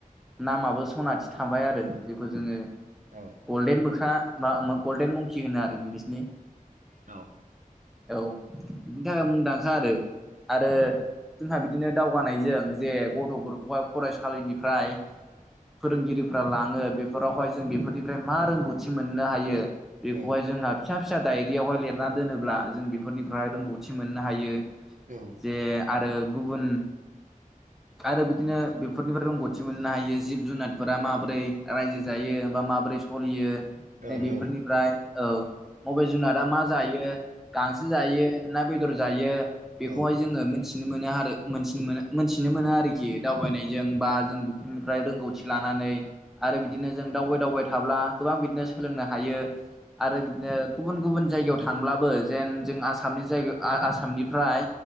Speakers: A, in the centre; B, on the right.
A: नामाबो सनाथि थाबाय आरो जेखौ जोंङो
B: औ
A: गल्डेन मोख्रा मा गल्डेन मंखि होनो आरो इंलिसनि
B: औ
A: औ बिनि थाखाय मुंदांखा आरो आरो जोंहा बिदिनो दावगानायजों जे गथ'फोरखौहाय फरायसालिनिफ्राय फोरोंगिरिफ्रा लांङो बेफोरावहाय जों बेफोरनिफ्राय मा रोंगौथि मोननो हायो बेखौहाय
B: औ
A: जोंहा फिसा फिसा दायरियावहाय लिरना दोनोब्ला जों बेफोरनिफ्रायाय रोंगौथि मोननो हायो
B: औ
A: ए आरो गुबुन आरो बिदिनो बेफोरनिफ्राय रोंगौथि मोननो हायो जिब जुनारफोरा माबोरै रायजो जायो बा माबोरै फलियो
B: औ
A: नै बेेफोरनिफ्राय
B: औ
A: औ मबे जुनादा मा जायो गांसो जायो ना बेदर जायो
B: नंगौ
A: बेखौहाय जोङो मोनथिनो मोनो आरोथि मोनथिनो मोनो आरोखि खि दावबायनायजों बा जों बेफोरनिफ्राय रोंगौथि लानानै आरो बिदिनो जों दावबाय दावबाय थाब्ला गोबां बिदिनो सोलोंनो हायो आरो बिदिनो गुबुन गुबुन जायगायाव थांब्लाबो जेन जों आसामनि जायगायाव आसामनिफ्राय